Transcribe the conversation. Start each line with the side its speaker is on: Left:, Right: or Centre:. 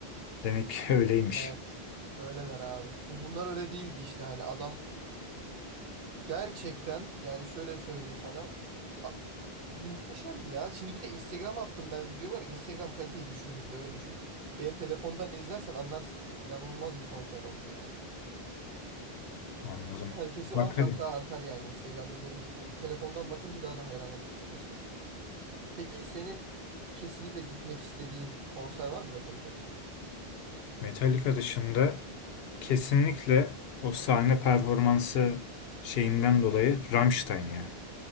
Left: demek ki <laughs> öyleymiş.
Right: Evet. Öyleler abi. Bu bunlar öyle değildi işte hani adam Gerçekten yani şöyle söyleyeyim sana. a- Muhteşemdi ya. Şimdi bir de Instagram attım ben videoları. Instagram kaliteyi düşürdü bile öyle düşün. Benim telefondan izlersen anlarsın. İnanılmaz bir konser oldu yani.
Left: Anladım.
Right: Kalitesi
Left: Bakarım.
Right: 10 kat daha artar yani Instagram'da görünce. yani Telefondan bakınca daha da hayran olursun öyle söyleyeyim yani. Peki senin kesinlikle gitmek istediğin konser var mı Metallica dışında?
Left: Metallica dışında kesinlikle o sahne performansı şeyinden dolayı Rammstein ya.